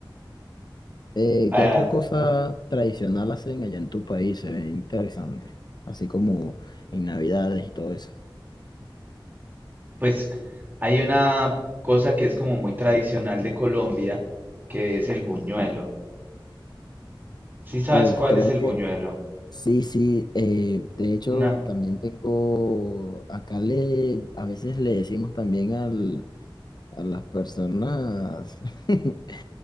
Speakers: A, on the left; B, on the right.
A: Eh,
B: Ah,
A: ¿qué otra cosa tradicional hacen allá en tu país? Se ve interesante, así como en Navidades y todo eso.
B: pues hay una cosa que es como muy tradicional de Colombia, que es el buñuelo. ¿Sí sabes
A: Uf,
B: cuál
A: creo
B: es el
A: que
B: buñuelo?
A: sí, sí. eh, de hecho,
B: Una,
A: también tengo, acá le, a veces le decimos también al, a las personas <laughs>